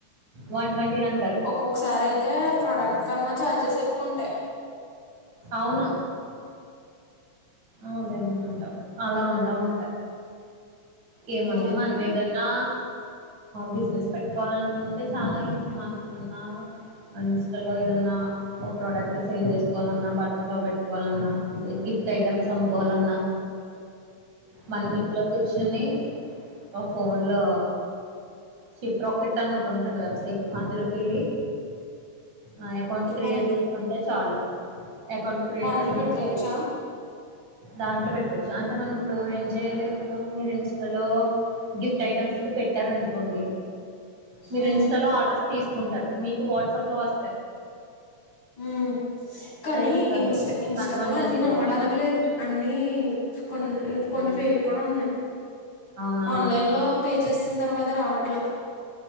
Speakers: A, on the right; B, on the left.
A: వన్ ట్వంటి వన్
B: ఒక్కొక్కసారి అయితే ప్రొడక్ట్ కన్నా చార్జెస్ ఎక్కువ ఉంటాయి.
A: అవునా! అదేం ఉంటవు అలా ఉండవు అంటా ఏముంది
B: అవును
A: మనం ఏదన్నా! బిజినెస్ పెట్టుకోవాలనుకుంటే చాలా ఈజీ మనకు ఏమన్నా ఇన్స్టలో ఏదన్నా! ఓ ప్రోడక్ట్ సేల్ చేసుకోవాలన్నా బట్టల షాప్ బేట్టుకోవాలన్నా గిఫ్ట్ ఐటమ్స్ అమ్ము పోవాలన్న మనము ఇంట్లోకోచ్చి నీ పో ఫోన్ లో షిప్ రాకెట్ అని ఓటి ఉంటది వెబ్సైట్ అందులోకెళ్ళి ఆ ఎకౌంట్ క్రియేట్
B: ఉమ్
A: చేసుకుంటే చాలు ఎకౌంట్ క్రియేట్
B: దాంట్లో
A: చేసుకుంటే
B: పెట్టేయచ్చా
A: చాలు దాంట్లో పెట్టుకోవచ్చు అంటే మనం ఇప్పుడు ఏం చెయ్యాలెంగదా మీరు ఇంస్టాలో గిఫ్ట్ ఐటమ్స్ పెట్టారనుకోండి మీరు
B: ఉమ్
A: ఇన్స్టాలో ఆర్డర్స్ తీసుకుంటారు మీకు వాట్సాప్ లో వోస్తాయి
B: ఉ కనీ
A: ఇస్తారు
B: ఇన్స్టా ఇన్స్టా
A: కన్ఫర్మ్
B: గూడ
A: చేసుకోవడానికి
B: అన్ని నమ్మడానికి లేదు అన్ని కొన్ కొన్ని
A: అవును
B: ఫేక్ కూడ ఉన్నయి
A: అవునవును
B: ఆన్లైన్ లో పే చేసిన తర్వాత రావట్లా